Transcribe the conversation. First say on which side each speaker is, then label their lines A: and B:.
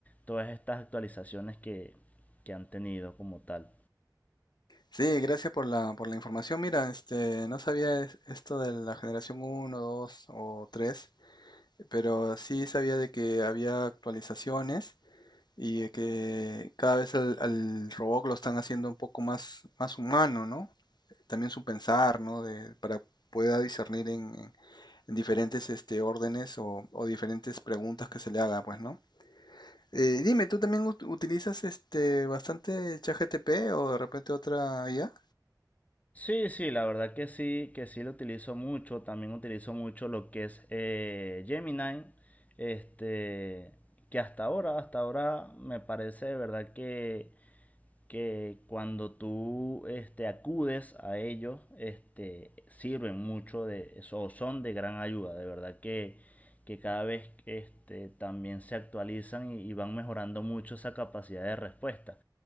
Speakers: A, on the left; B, on the left.
A: todas estas actualizaciones que, que han tenido como tal.
B: Sí, gracias por la, por la información. Mira, este, no sabía es- esto de la generación uno, 2 o 3. pero sí sabía de que había actualizaciones y de que cada vez al, al robot lo están haciendo un poco más, más humano, ¿no? También su pensar, ¿no? De, para pueda discernir en, en- en diferentes este, órdenes o, o diferentes preguntas que se le haga, pues, ¿no? Eh, dime, ¿tú también ut- utilizas este bastante ChatGPT o de repente otra IA?
A: Sí, sí, la verdad que sí, que sí lo utilizo mucho. También utilizo mucho lo que es eh, Gemini, este, que hasta ahora, hasta ahora me parece de verdad que, que cuando tú este, acudes a ellos, este, sirven mucho de eso, o son de gran ayuda. De verdad que, que cada vez este, también se actualizan y, y van mejorando mucho esa capacidad de respuesta